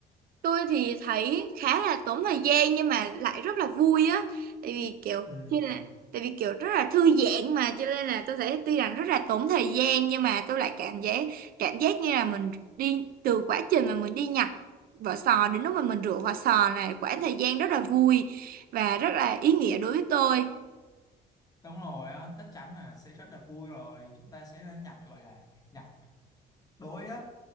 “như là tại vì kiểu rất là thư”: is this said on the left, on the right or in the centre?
Right